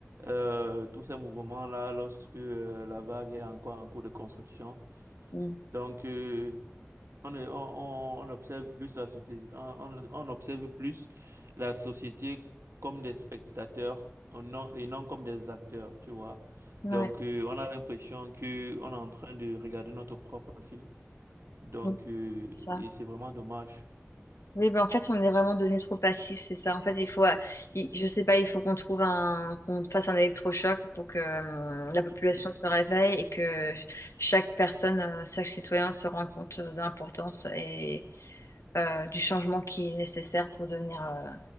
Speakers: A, on the right; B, on the left.
A: euh, tous ces mouvements-là lorsque euh, la vague est encore en cours de construction.
B: Mm.
A: Donc, euh, on, est- on, on- on observe plus la société, on, on- on observe plus la société comme des spectateurs euh, non- et non comme des acteurs, tu vois.
B: Ouais.
A: Donc, euh, on a l'impression que on est en train de regarder notre propre film. Donc,
B: Donc,
A: euh,
B: c'est ça.
A: et c'est vraiment dommage.
B: Oui, ben en fait, on est vraiment devenu trop passif, c'est ça. En fait, il faut, euh, il- je sais pas, il faut qu'on trouve un, qu'on fasse un électrochoc pour que euh, la population
A: <laughs>
B: se réveille et que chaque personne, euh, chaque citoyen se rende compte euh, de l'importance et euh, du changement qui est nécessaire pour devenir, euh,